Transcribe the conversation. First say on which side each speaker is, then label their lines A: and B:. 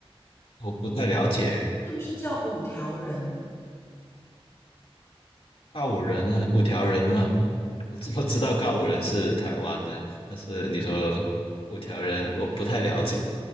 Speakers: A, on the left; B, on the left.
A: 我不太了解。
B: 是不是叫五条人？
A: 告五人啊，五条人吗？<laughs> 我知我知道告五人是台湾的，但是你说五条人，我不太了解。